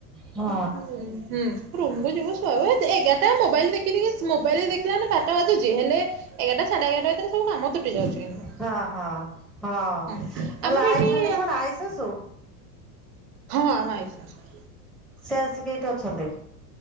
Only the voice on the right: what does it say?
ହୁ ହୁଁ ରୁମୁକୁ ଯିବୁୁ ଶୋଇବୁ ଏଗାରଟା ମୋବାଇଲ ଦେଖି ଦେଖି ମୋବାଇଲରେ ଦେଖିଲାମାନେ ବାରଟା ବାଜୁଛି ହେଲେ ଏଗାରଟା ସାଢ଼େ ଏଗାରଟା, ଭିତରେ ସବୁ କାମ ତୁଟି ଯାଉଛି କିନ୍ତୁ।
ହଁ
ଆମର
ଏଠି
ହଁ, ଆମ ଆଇସାଶୁ।